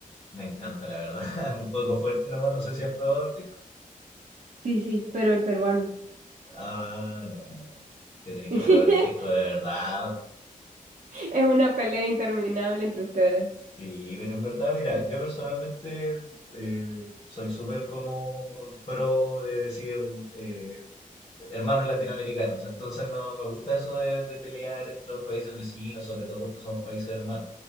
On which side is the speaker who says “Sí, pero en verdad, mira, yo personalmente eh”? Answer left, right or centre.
Left